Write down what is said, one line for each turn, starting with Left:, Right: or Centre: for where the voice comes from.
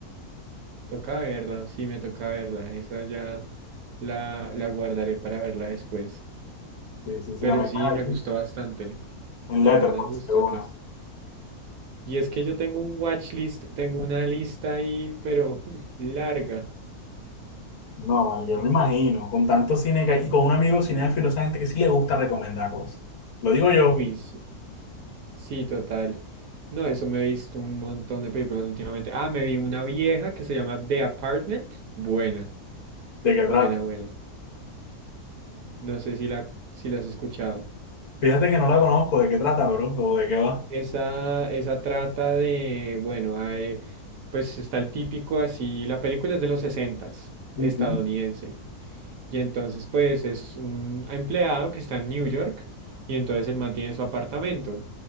Right: Toca verla, sí, me toca verla. Esa ya la, la guardaré para verla después.
Left: Sí, sí, sí,
Right: Pero
Left: la metas
Right: sí,
Left: ahí
Right: me gustó bastante.
Left: en
Right: La
Left: Letterboxd,
Right: verdad me gustó
Left: de una.
Right: el resto. Y es que yo tengo un watchlist, tengo una lista ahí, pero <laughs> larga.
Left: No, vale, yo
Right: Tengo,
Left: me imagino, con tanto cine que hay y con un amigo cinéfilo, esa gente que sí le gusta recomendar cosas. Lo digo yo,
Right: uy, sí, sí, total. No, eso me he visto un montón de películas últimamente. Ah, me vi una vieja que se llama The Apartment. Buena,
Left: ¿de qué
Right: buena,
Left: trata?
Right: buena. No sé si la, si la has escuchado.
Left: Fíjate que no la conozco, ¿de qué trata, bro? ¿O de qué va?
Right: Esa, esa trata de, bueno, hay- pues está el típico así, la película es de los sesentas
Left: Ujú.
Right: estadounidense. Y entonces, pues, es un empleado que está en New York y entonces él mantiene su apartamento.